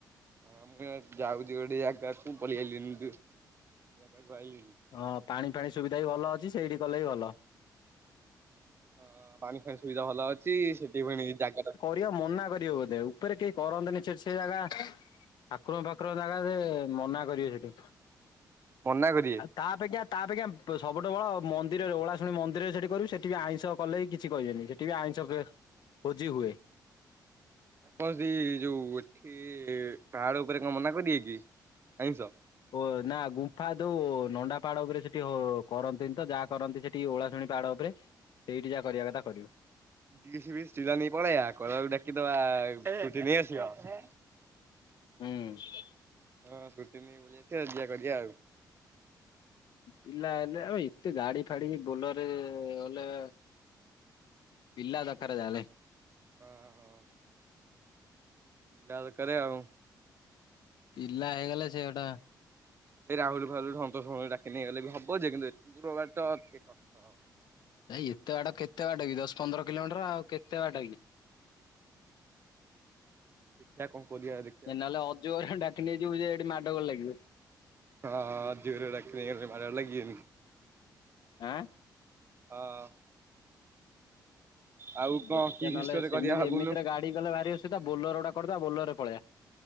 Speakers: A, on the right; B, on the left.
A: ହଁ ମୁଁ ଯାଉଛି ଗୋଟେ ଜାଗାକୁ ପଳେଇଆଇଲିଣି ଜାଗାକୁ ଆଇଲିଣି।
B: ହଁ ପାଣି ଫାଣି ସୁବିଧା ବି ଭଲ ଅଛି ସେଇଠି କଲେ ବି ଭଲ।
A: ହଁ ପାଣି ଫାଣି ସୁବିଧା ଭଲ ଅଛି ସେଠି ଫୁଣି ଜାଗା ଟା
B: ଦିଅ ମନା କରିବ ବୋଧେ ଉପରେ କେହି କରନ୍ତିନି ଯେ ସେ ଜାଗା ଠାକୁର ଭାକୁର ଜାଗା ଯେ ମନା କରିବେ ସେଠି।
A: ମନା କରିିବେ।
B: ତାପେକ୍ଷା ତା ଅପେକ୍ଷା ସବୁଠୁ ବଡ ମନ୍ଦିରରେ ଓଳା ଶୁଣି ମନ୍ଦିରରେ ସେଠି କରିବୁ ସେଠି ବି ଆଇଁଷ। କଲେ ବି କିଛି କହିବେନି ସେଠି ବି ଆଇଁଷ ଏ ଭୋଜି ହୁଏ।
A: କଣ କି ଯୋଉ ଏଠି ପାହାଡ଼ ଉପରେ କଣ ମନା କରିିଏ କି ଆଇଁଷ।
B: ଓ ନା ଗୁମ୍ଫା ଦଉ ନଣ୍ଡା ପାହାଡ ଉପରେ ସେଠି ହୋ କରନ୍ତିନି ତ ଯାହା କରନ୍ତି ସେ ଟି ଓଳା ଶୁଣି ପାହାଡ ଉପରେ ସେଇଠି ଯାହା କରିବା କଥା କରିବ।
A: ଡିସ୍ ବିସ୍ ଚିରା ନେଇ ପଳେଇବା କଲାଉ ଡାକିଦେଆ ଆଉ ଏ ତୁ ଥିନେ ନେଇଆସିବ।
B: ହୁଁ।
A: ହଁ ସ୍କୁଟି ନେଇ ବୁଲି ଆସିବା ଏଞ୍ଜୟ୍ କରିବା ଆଉ।
B: ପିଲା ହେଲେ ଆଉ ଏତେ ଗାଡି ଫାଡି ବୋଲର ରେ ଗଲେ ପିଲା ଦରକାର ଯାହେଲେ।
A: ହଁ ହଁ। ପିଲା ଦରକାର ଆଉ
B: ପିଲା ହେଇଗଲେ ସେ ଗୋଟେ
A: ଏ ରାହୁଲ ଫାହୁଲ ସନ୍ତୋଷ ଫନ୍ତୋଷ ଡାକି ନେଇଗଲେ ବି ହବ ଯେ, କିନ୍ତୁ ଏତେ ଦୂର ବାଟ ଟିକେ କଷ୍ଟ ହେବ।
B: ଭାଇ ଏତେ ବାଟ କେତେ ବାଟ କି ଦଶ ପନ୍ଦର କିଲୋମିଟର ଆଉ କେତେ ବାଟ କି?
A: ଦେଖିବା କଣ କରିବା ଦେ
B: ଏ ନହେଲେ ଅଜୁ ହେରିକା ଙ୍କୁ ଡାକି ନେଇଯିବୁ ଯେ ଏଠି ମାଡ଼ ଗୋଳ ଲାଗିବେ।
A: ହଁ ଜୋରେ ଲାଗିଲେ ମାଡ ଗୋଳ ଲଗିବେନି।
B: ଆଁ।
A: ହଁ। ଆଉ କଣ
B: ଦେଖିବା
A: କି
B: ନହେଲେ
A: ହିଷ୍ଟରେ
B: ସେମିତି
A: କରିବା ଭାବୁନୁ
B: ଏମିତିରେ ଗାଡି ଗଲେ ଭାରି ଅସୁବିଧା ବୋଲୋର ଗୋଟେ କରିଦବା ବୋଲୋରରେ ପଳେଇବା।